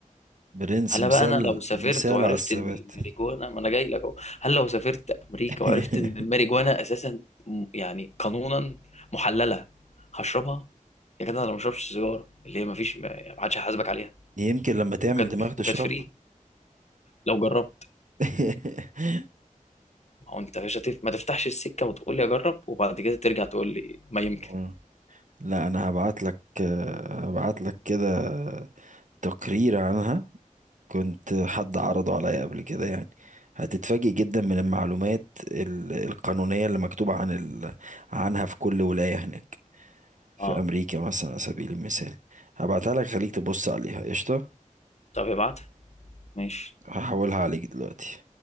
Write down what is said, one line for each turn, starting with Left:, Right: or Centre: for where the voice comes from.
Right: برنس
Left: هلا
Right: مثال
Left: بقى انا لو سافرت
Right: مثال
Left: وعرفت
Right: على الثبات
Left: ان الماريجوانا ما انا جاي لك اهو هل لو سافرت امريكا
Right: <laughs>
Left: وعرفت ان الماريجوانا اساسا م- يعني قانونا محلله هشربها يا جدع انا ما بشربش سيجاره اللي هي ما فيش ما ما حدش هيحاسبك عليها
Right: يمكن لما تعمل
Left: وكانت
Right: دماغ تشربها
Left: وكانت فري لو جربت
Right: <laughs>
Left: ما هو انت يا باشا تف... ما تفتحش السكه وتقول لي اجرب وبعد كده ترجع تقول لي ما يمكن
Right: مم. لا انا هبعت لك هبعت لك كده تقرير عنها كنت حد عرضه عليا قبل كده يعني هتتفاجئ جدا من المعلومات ال- القانونية اللي مكتوبة عن ال... عنها في كل ولاية هناك في
Left: اه
Right: امريكا مثلا على سبيل المثال هبعتها لك خليك تبص عليها قشطه
Left: طب ابعتها ماشي
Right: هحولها عليك دلوقتي